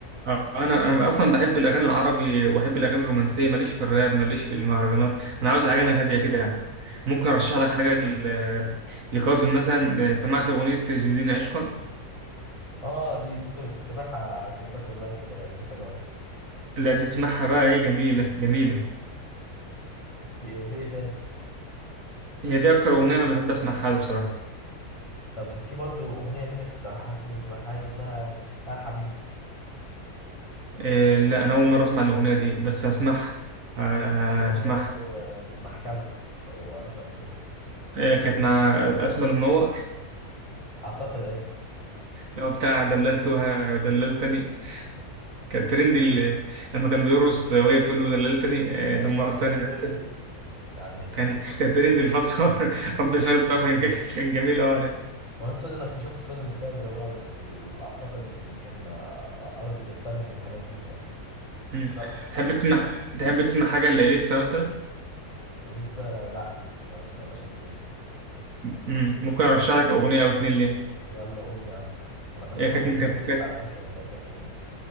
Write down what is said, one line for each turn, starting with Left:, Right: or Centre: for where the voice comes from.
Right: آه، انا انا اصلا بحب الاغاني العربي وبحب الاغاني الرومانسيه ماليش في الراب ماليش في المهرجانات انا عاوز حاجه أنا هاديه كده يعني ممكن ارشح لك حاجه ل- لكاظم مثلا آه، سمعت اغنيه زيدين عشقا
Left: اه دي دي سامعها كليبات اونلاين كده يعني دي حلوه قوي
Right: لا دي تسمعها بقى ايه جميله جميله
Left: في وفي ايه تاني
Right: هي دي اكتر اغنيه انا بحب اسمعها له بصراحه
Left: طب في برضو اغنيه تانية كنت حاسس ان سامعها حلو اسمها ها حبيبي
Right: آه، لا انا اول مره اسمع الاغنيه دي بس هسمعها آه،
Left: في اغنيه
Right: هسمعها
Left: برضو آه، المحكمه لو عارفها قبل كده
Right: آه، كانت مع اسماء المنور
Left: اعتقد ايوه
Right: لو بتاع دللتها دللتني كان ترند ال- لما كان بيرقص وهي بتقول له دللتني
Left: ايوه
Right: آه، دمرتني
Left: ايوه ايوه
Right: أنت.
Left: هي دي
Right: <laughs>
Left: يعني كان
Right: كان كان ترند الفترة <laughs> رد فعله بتاعه كان كان جميل أوي عليه
Left: هو انت تصدق انك اكتشفت كاظم الساهر من هو من ال... اعتقد من كان اربس جت تالنت والحاجات دي ما
Right: مم.
Left: لا،
Right: تحب تسمع تحب تسمع حاجة لإليسا مثلا
Left: لسه لا ما سمعناش قد كده
Right: مم. ممكن أرشح لك أغنية أو اتنين ليها
Left: يلا قول يا عم انا بكتبهم
Right: هي كانت
Left: كلهم
Right: كانت
Left: في ليست
Right: كانت
Left: على فكره ما تفكرش إني-